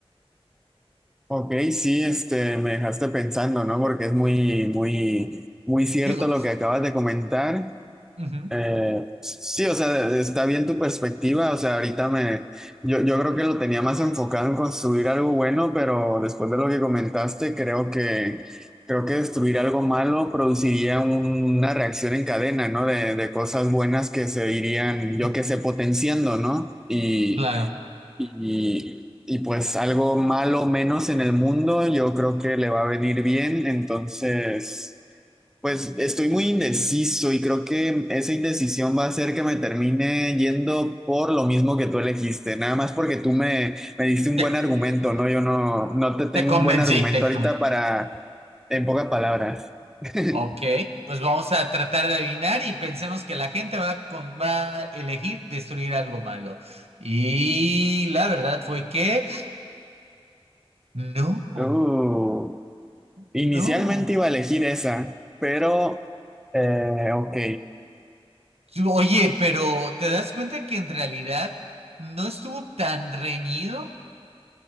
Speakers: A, in the centre; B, on the right (about 80°).
A: Ok, sí, este, me dejaste pensando, ¿no? Porque es muy, muy, muy cierto
B: Digo,
A: lo que acabas de comentar.
B: ujú,
A: Eh, sí, o sea, está bien tu perspectiva. O sea, ahorita me, yo, yo creo que lo tenía más enfocado en construir algo bueno, pero después de lo que comentaste, creo que, creo que destruir algo malo produciría una reacción en cadena, ¿no? De, de cosas buenas que se irían, yo
B: ujú,
A: que sé, potenciando, ¿no? Y
B: claro.
A: y, y pues algo malo menos en el mundo, yo creo que le va a venir bien. Entonces, pues estoy muy indeciso y creo que esa indecisión va a hacer que me termine yendo por lo mismo que tú elegiste, nada más porque tú me, me diste un
B: Te,
A: buen argumento, ¿no? Yo no, no te tengo
B: te convencí,
A: un buen argumento
B: te
A: ahorita
B: con-
A: para, en pocas palabras. <laughs>
B: Ok, pues vamos a tratar de adivinar y pensemos que la gente va, con, va a elegir destruir algo malo. Y la verdad fue que no.
A: Uh, inicialmente
B: No.
A: iba a elegir esa, pero, eh, ok.
B: Yo- Oye, pero ¿te das cuenta que en realidad no estuvo tan reñido?